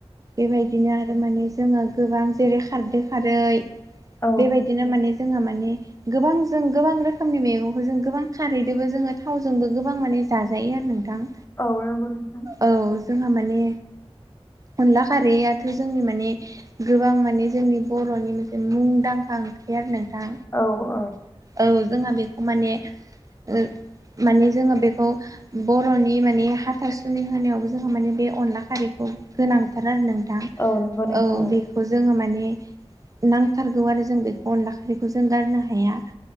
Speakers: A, on the right; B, on the left.
A: बेबायदिनो आरो माने जोङो गोबां जेरै खारदै खारै
B: औ
A: बेबायदिनो माने जोहा माने गोबां जों गोबां रोखोमनि मैगंखौ जों गोबां खारैदोबो जोङो थावजोंबो गोबां माने जाजायो आरो नोंथां।
B: औ नंगौ नोंथां।
A: औ जोंहा माने अनला खारैयाथ' जोंनि माने गोबां माने जोंनि बर'नि मोनसे मुंदांखा ओंख्रि आरो नोंथां।
B: औ नंगौ नोंथां औ औ
A: औ जोंहा बेखौ माने उह माने जोङो बेखौ बर'नि माने हाथासुन नि होनायावबो जोंहा माने बे अन अनला खारैखौ गोनांथार आरो नोंथां।
B: औ नंगौ नोंथां
A: औ बेखौ जोङो माने नांथारगौ आरो जों बेखौ अनला खारैखौ जों गारनो हाया।